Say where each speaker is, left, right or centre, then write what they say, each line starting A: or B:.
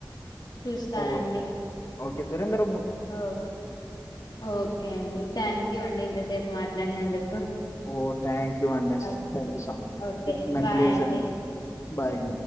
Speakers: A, on the left; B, on the left.
A: చూస్తానండి
B: ఓకే ఓకే దూరంధర్
A: ఓ ఓకే అండి థ్యాంక్ యూ అండి ఇంతసేపు మాట్లాడినందుకు
B: ఓ థ్యాంక్ యూ అండి
A: ఓకే
B: ్యాంక్ ూ సో
A: ఓకే
B: ఇ మ్లేజడి
A: బాయ్ అండి
B: బాయ్